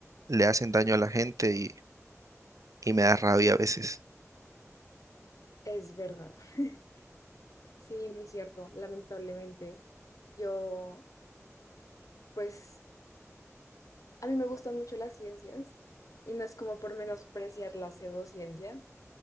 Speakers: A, on the right; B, on the left.
A: le hacen daño a la gente y, y me da rabia a veces.
B: Es verdad. <laughs> Sí, muy cierto, lamentablemente. Yo, pues, a mí me gustan mucho las ciencias y no es como por menospreciar la pseudociencia,